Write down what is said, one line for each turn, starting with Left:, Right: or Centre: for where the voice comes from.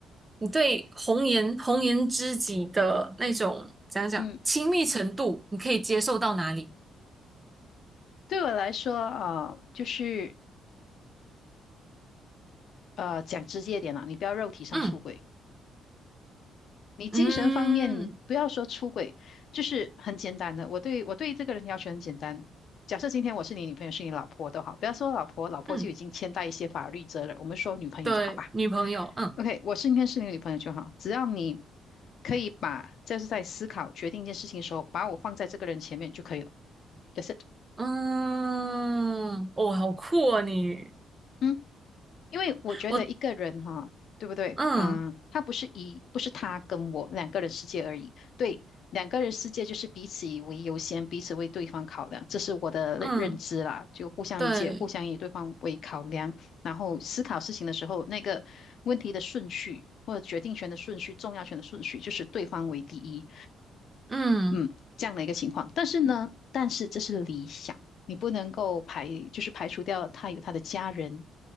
Right: 你对红颜红颜知己的那种怎样讲亲密程度，
Left: 嗯，
Right: 你可以接受到哪里？
Left: 对我来说，啊，就是呃，讲直接一点啦，你不要肉体上出轨。
Right: 嗯
Left: 你精神方面不要说出轨，
Right: 嗯
Left: 就是很简单的。我对我对这个人要求很简单。假设今天我是你女朋友，是你老婆都好，不要说老婆，老婆就已经牵带一些法律责任，
Right: 嗯，
Left: 我们说女朋友就好吧。
Right: 对，女朋友，嗯
Left: OK，我是今天是你女朋友就好，只要你可以把就是在思考决定一件事情的时候，把我放在这个人前面就可以了。That's it。
Right: 嗯，哦，好酷啊你。
Left: 嗯。因为我觉得一个人哈，
Right: 我
Left: 对不对？
Right: 嗯
Left: 嗯、他不是一，不是他跟我两个人世界而已。对，两个人世界就是彼此以为优先，彼此为对方考量，这是我的认认知啦。
Right: 嗯，
Left: 就互相理解，
Right: 对，
Left: 互相以对方为考量，然后思考事情的时候，那个问题的顺序或者决定权的顺序、重要权的顺序，就是对方为第一。
Right: 嗯
Left: 嗯，这样的一个情况。但是呢，但是这是理想，你不能够排，就是排除掉他有他的家人。